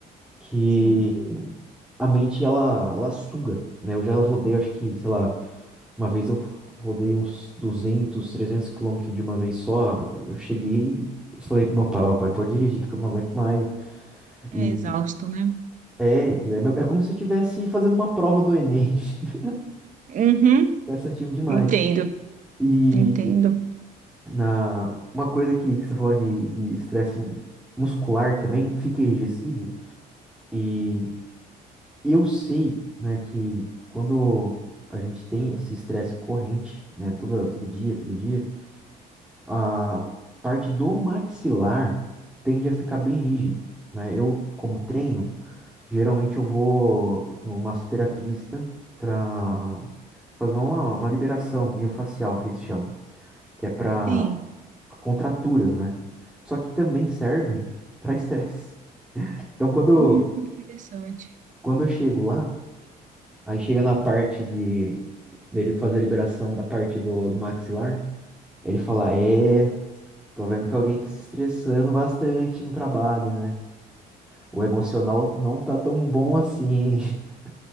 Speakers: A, in the centre; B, on the right.
A: que
B: Sim.
A: a mente ela, ela suga, né? Eu já rodei, acho que, sei lá, uma vez eu rodei uns 200 300 quilômetros de uma vez só. Eu cheguei, falei pro meu pai, ó, pai, pode dirigir, porque eu não aguento mais.
B: É
A: E
B: exausto, né?
A: é, é, é como se eu estivesse fazendo uma prova do Enem, <laughs>
B: Uhum,
A: cansativo demais.
B: entendo,
A: E
B: entendo.
A: Na, uma coisa que, que você falou de de estresse muscular também, fica enrijecido. E eu sei, né, que quando a gente tem esse estresse corrente, né, todo, todo dia, todo dia, a parte do maxilar tende a ficar bem rígida, né? Eu, como treino, geralmente eu vou no massoterapista para fazer uma, uma liberação miofascial, que eles chamam, que é para
B: Sim.
A: contraturas, né? Só que também serve para estresse. Então, quando,
B: Hum, interessante.
A: quando eu chego lá, aí chega na parte de dele fazer a liberação da parte do, do maxilar, ele fala: É, tô vendo que alguém tá se estressando bastante no trabalho, né? O emocional não tá tão bom assim. <laughs>